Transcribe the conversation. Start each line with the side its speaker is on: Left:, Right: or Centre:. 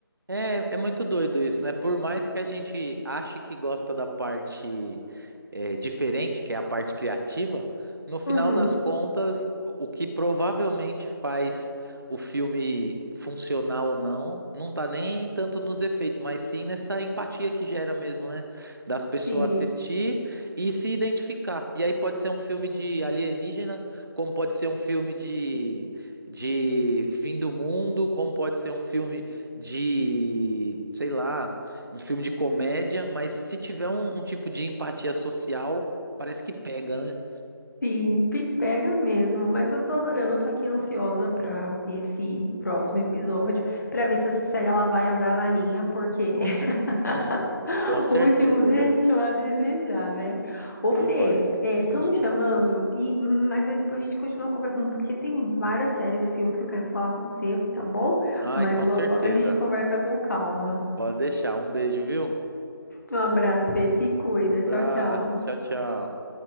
Right: É, é muito doido isso, né? Por mais que a gente ache que gosta da parte é, diferente, que é a parte criativa, no final
Left: Uhum,
Right: das contas, o que provavelmente faz o filme funcionar ou não, não tá nem tanto nos efeitos, mas sim nessa empatia que gera mesmo, né? Das pessoas
Left: sim,
Right: assistir e se identificar. E aí pode ser um filme de alienígena, como pode ser um filme de. De fim do mundo, como pode ser um filme de, sei lá, um filme de comédia, mas se tiver um, um tipo de empatia social, parece que pega, né?
Left: sim, me pega mesmo, mas eu tô adorando, eu tô aqui ansiosa para ver esse próximo episódio, para ver se essa série ela vai andar na linha, porque
Right: Com
Left: <laughs>
Right: cer... Hum,
Left: <laughs>
Right: com certeza,
Left: O último deixou
Right: né?
Left: a desejar, né? Ô,
Right: Demais.
Left: Fê, estão
Right: Hum.
Left: me chamando, e, mas aí depois a gente continua conversando, porque tem várias séries e filmes que eu quero falar com você, tá bom?
Right: Ai,
Left: Mas
Right: com
Left: logo,
Right: certeza.
Left: logo a gente conversa com calma.
Right: Pode deixar. Um beijo, viu?
Left: Um abraço, Fê, se cuida.
Right: Abraço.
Left: Tchau, tchau.
Right: Tchau, tchau.